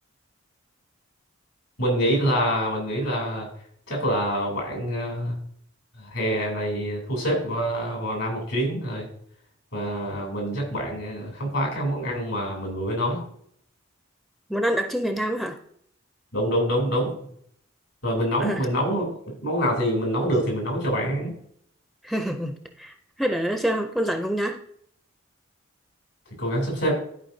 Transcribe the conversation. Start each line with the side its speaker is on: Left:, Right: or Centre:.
Left: mình nghĩ là mình nghĩ là chắc là bạn ờ, hè này thu xếp vào, vào Nam một chuyến rồi và mình dắt bạn ờ, khám phá các món ăn mà mình vừa mới nói
Centre: món ăn đặc trưng miền Nam hả
Left: đúng đúng đúng đúng rồi mình nấu
Centre: Ờ.
Left: mình nấu món nào thì mình nấu được thì mình nấu cho bạn ăn.
Centre: <laughs> Thế để xem con rảnh không nhá
Left: thì cố gắng sắp xếp